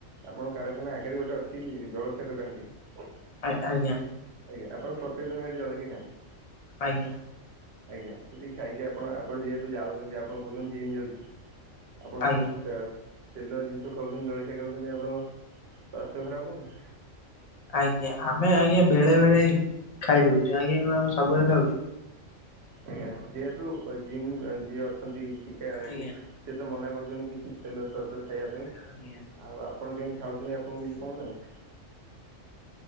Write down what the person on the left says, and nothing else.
ଆ ଆଜ୍ଞା।
ଆଜ୍ଞା।
ଆଜ୍ଞା
ଆଜ୍ଞା ଆମେ ଆଜ୍ଞା ବେଳେ ବେଳେ ଖାଇଦଉଚୁ। ଆଜ୍ଞା କଣ ଆମେ ସବୁବେଳେ ଖାଉଚୁ?
ଆଜ୍ଞା
ଆଜ୍ଞା